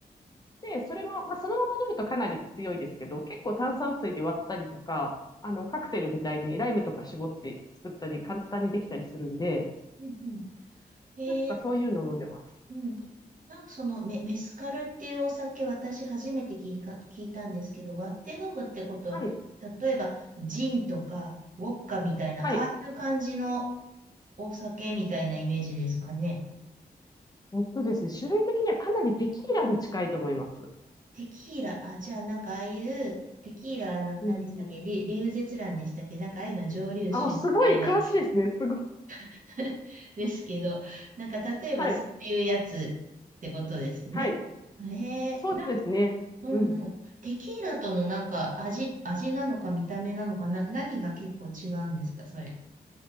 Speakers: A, on the left (about 25°); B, on the right (about 50°).
A: で、それも、まあ、そのまま飲むとかなり強いですけど、結構炭酸水で割ったりとか、
B: ん。
A: あの、カクテルみたいにライムとか絞って作ったり、簡単にできたりするんで、
B: うん。へえ、
A: なんかそういうの飲んでます。
B: うん。なんかそのメ、メスカルっていうお酒、私初めて聞いか、聞いたんですけど、割って飲むってことは、
A: はい。
B: 例えば、ジンとか、ウォッカみたいな、
A: はい。
B: ああいう感じのお酒みたいなイメージですかね。
A: えっとですね、種類的にはかなりテキーラに近いと思います。
B: テキーラ、あ、じゃあなんかああいう、テキーラ、あの、
A: うんうん。
B: 何でしたっけ、リュリュウゼツランでしたっけ、なんかああいうの蒸留酒みたいな、
A: あ、すごい詳しいですね。すごい。
B: <laughs> ですけど、なんか例えばそういうやつってことですね。
A: はい。はい。
B: へえ、
A: そうですね。
B: な、うんうん。
A: うん。
B: テキーラとのなんか味、味なのか見た目なのかな、何が結構違うんですか、それ。